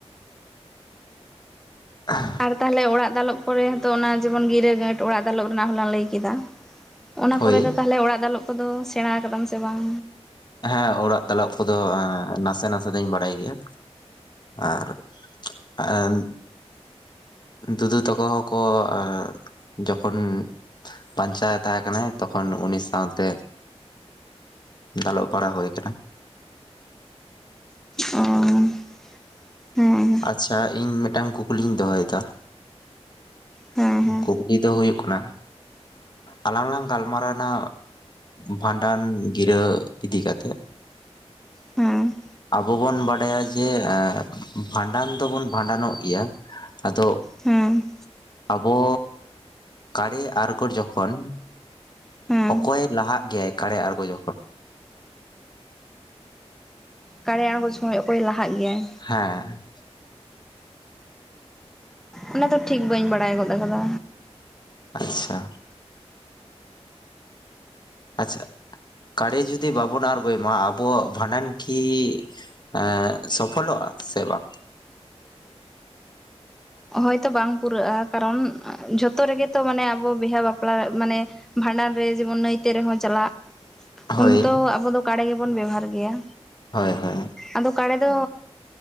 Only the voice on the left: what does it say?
<unintelligible>
ᱦᱳᱭ
ᱦᱮᱸ ᱚᱲᱟᱜ ᱫᱟᱞᱚᱵ ᱠᱚᱫᱚ, ᱱᱟᱥᱮ ᱱᱟᱥᱮ ᱫᱩᱧ ᱵᱟᱲᱟᱭ ᱜᱮᱭᱟ ᱟᱨ, ᱟᱨ, ᱫᱩᱫᱩ ᱛᱟᱠᱚ ᱦᱚᱸᱠᱚ ᱮᱸ ᱡᱚᱠᱷᱚᱱ, ᱵᱟᱧᱪᱟᱣ ᱮ ᱛᱟᱦᱮᱸ ᱠᱟᱱᱟᱭ ᱛᱚᱠᱷᱚᱱ ᱩᱱᱤ ᱥᱟᱶᱛᱮ, ᱫᱟᱞᱚᱵ ᱵᱟᱲᱟ ᱦᱩᱭ ᱠᱟᱱᱟ᱾
ᱟᱪᱪᱷᱟ ᱤᱧ ᱢᱤᱫᱴᱟᱝ ᱠᱩᱠᱞᱤᱧ ᱫᱚᱦᱚᱭᱮᱫᱟ?
ᱠᱩᱠᱞᱤ ᱫᱚ ᱦᱩᱭᱩᱜ ᱠᱟᱱᱟ? ᱟᱞᱟᱝ ᱞᱟᱝ ᱜᱟᱞᱢᱟᱨᱟᱣᱱᱟ, ᱵᱷᱟᱸᱰᱟᱱ ᱜᱤᱨᱟᱹ ᱤᱫᱤ ᱠᱟᱛᱮᱫ,
ᱟᱵᱚ ᱵᱚᱱ ᱵᱟᱰᱟᱭᱟ ᱡᱮ ᱮ ᱵᱷᱟᱸᱰᱟᱱ ᱫᱚᱵᱚᱱ ᱵᱷᱟᱸᱰᱟᱱᱚᱜ ᱜᱮᱭᱟ, ᱟᱫᱚ,
ᱟᱵᱚ ᱠᱟᱲᱮ ᱟᱲᱜᱚᱨ ᱡᱚᱠᱷᱚᱱ,
ᱚᱠᱚᱭᱮ ᱞᱟᱦᱟᱜ ᱜᱮᱭᱟᱭ ᱠᱟᱲᱮ ᱟᱸᱬᱜᱚ ᱡᱚᱠᱷᱚᱱ?
ᱦᱮᱸ,
ᱟᱪᱪᱷᱟ ᱟᱪᱪᱷᱟ ᱠᱟᱨᱮ ᱡᱩᱫᱤ ᱵᱟᱵᱚᱱ ᱟᱸᱬᱜᱚᱭ ᱢᱟ ᱟᱵᱚᱣᱟᱜ ᱵᱷᱟᱸᱰᱟᱱ ᱠᱤ? ᱮ ᱥᱚᱯᱷᱚᱞᱚᱜᱼᱟ ᱥᱮ ᱵᱟᱝ?
ᱦᱳᱭ
ᱦᱳᱭ ᱦᱳᱭ,